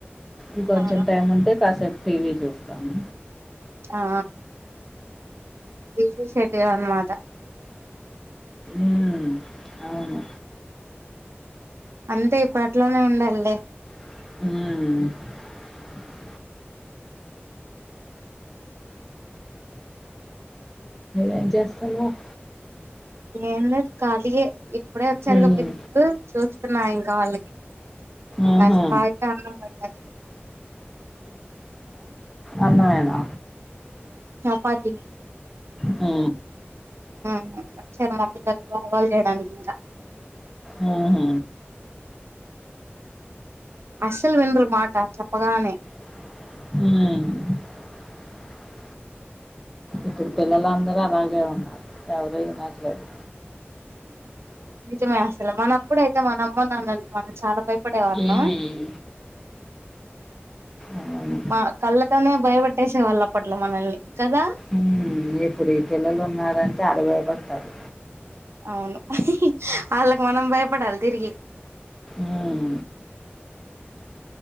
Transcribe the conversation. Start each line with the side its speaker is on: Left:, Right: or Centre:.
Centre: ఇ కొంచెం
Right: ఆ
Centre: టైమ్ ఉంటె కాసేపు టీవీ చూస్తాము
Right: ఆ విజ శెటి అనుమాట
Centre: మ్ అవును
Right: అంతే ఇప్పట్లోనే ఉండాలి లే
Centre: మ్ ఎం చేస్తున్నావ్
Right: ఏం లేదు కాలేయే ఇప్పుడే వచ్చారు
Centre: మ్మ్
Right: పిల్లలు చూస్తున్నా, ఇంకా వాళ్ళకి ఇంకాస
Centre: ఆహా
Right: ఆగితే అన్నం పది
Centre: అన్న వేనా
Right: పాతి
Centre: ఆ
Right: మ్ వచ్చారు మా పిల్లలు వాలు చేయడానికి ఇంకా
Centre: మ్ హు
Right: అసల్ వినర్ మాట చెప్పగానేే
Centre: మ్ ఇప్పుడు పిల్లలందరూ అలాగే ఉన్నారు ఎవరూ ఇనట్లేదు
Right: నిజమే అసలు మన అప్పుడ అయితే మన అమ్మ నాన్న మనం చాలా ప ప్పుడే వాళ్ళం
Centre: హ్మ్. అవును.
Right: మ్మ్ కట్టేసే వాళ్ళు అప్పట్లో మనల్ని కదా
Centre: మ్మ్ ఇప్పుడు ఈ పిల్లలు ఉన్నారంటే అడగుయపడతారు
Right: అవును వాళ్ళకి మనం భయపడాలి తిరిగి
Centre: మ్మ్